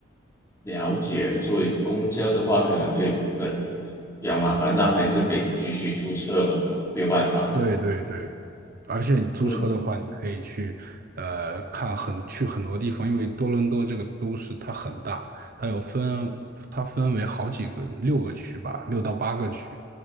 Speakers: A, on the left (about 15°); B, on the right (about 50°).
A: 了解。作为公交的话，可能会呃比较麻烦，那还是得继续租车咯，没有办法。
B: 对对对，而且你租车的话，
A: 嗯
B: 你可以去呃看很去很多地方，因为多伦多这个都市它很大，它有分它分为好几个六个区吧，六到八个区，